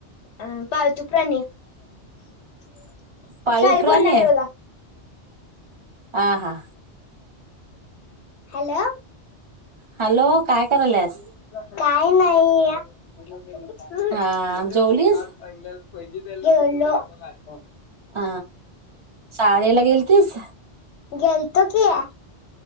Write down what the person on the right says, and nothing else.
पाळीव
प्राणी
हा हा
हॅलो काय करालस.
हा जेवलीस
ह शाळेला गेल तेस